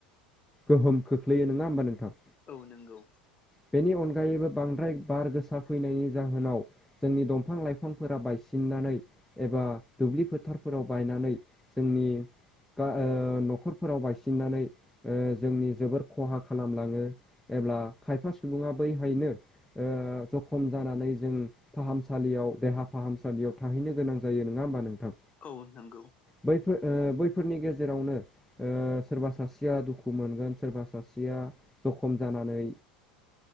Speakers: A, in the centre; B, on the left (about 30°).
A: गोहोम खोख्लैयो नङा ओमबा नोंथां?
B: औ नंगौ।
A: बेनि अनगायैबो बांद्राय बार गोसा फैनायनि जाहोनाव जोंनि दंफां लाइफांफोरा बायसिननानै एबा दुब्लि फोथारफोराव बायनानै जोंनि बा ओ न'खरफोराव बायसिननानै ओ जोंनि जोबोर खहा खालामलाङो एब्ला खायफा सुबुङा बैहायनो ओ जखम जानानै जों फाहामसालियाव देहा फाहामसालियाव थाहैनो गोनां जायो नङा ओमबा नोंथां?
B: औ नोंगौ।
A: बैफोर ओ बैफोरनि गेजेरावनो ओ सोरबा सासेया दुखु मोनगोन सोरबा सासेया जखम जानानै